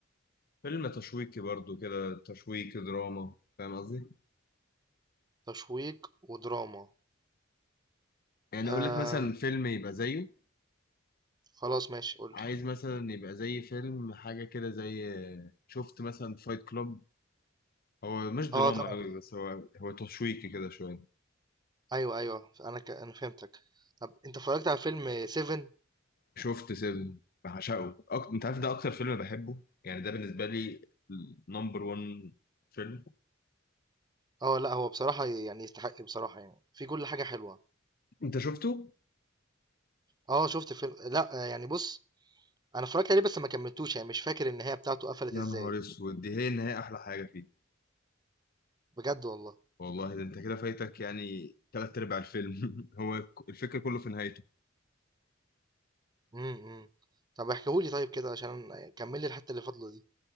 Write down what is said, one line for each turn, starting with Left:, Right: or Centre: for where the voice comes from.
Left: فيلم تشويقي برضو كده تشويقي دراما فاهم قصدي
Right: تشويق ودراما
Left: يعني
Right: آه...
Left: اقول لك مثلا فيلم يبقى زيه
Right: خلاص ماشي قول
Left: عايز
Right: لي
Left: مثلا يبقى زي فيلم حاجة كده زي آه، شفت مثلا فايت كلوب هو مش دراما
Right: اه طبعا
Left: قوي بس هو هو تشويقي كده شويه
Right: ايوه ايوه انا ك... انا فهمتك طب انت اتفرجت على فيلم 7
Left: شفت سيفن بعشقه أكتر... انت عارف ده اكتر فيلم بحبه يعني ده بالنسبه لي نمبر 1 فيلم
Right: اه لا هو بصراحة يعني يستحق بصراحة يعني في كل حاجة حلوة
Left: انت شفته
Right: اه شفت فيلم لا آه، يعني بص انا اتفرجت عليه بس ما كملتوش يعني مش فاكر النهاية بتاعته قفلت
Left: يا
Right: ازاي
Left: نهار اسود دي هي النهايه احلى حاجه فيه
Right: بجد والله
Left: والله ده انت كده فايتك يعني تلات ارباع الفيلم <laughs> هو الفكره كله في نهايته
Right: امم إمم. طب احكيهولي طيب كده عشان كمل لي الحتة اللي فاضلة دي